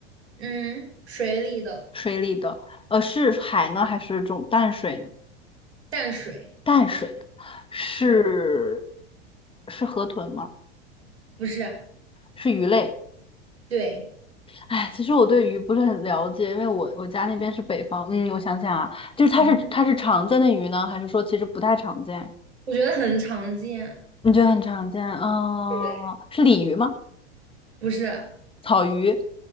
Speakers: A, on the right; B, on the left.
A: 嗯，水里的
B: 水里的，呃，是海呢还是这种淡水呢？
A: 淡水，
B: 淡水的是
A: 对，
B: 是河豚吗？
A: 不是，
B: 是鱼类。
A: 对，
B: 哎，其实我对鱼不是很了解，因为我我家那边是北方。嗯，我想想啊，就是它是它是常见的鱼呢，
A: 嗯
B: 还是说其实不太常见？
A: 我觉得很常见，
B: 你觉得很常见？哦，
A: 对，
B: 是鲤鱼吗？
A: 不是，
B: 草鱼？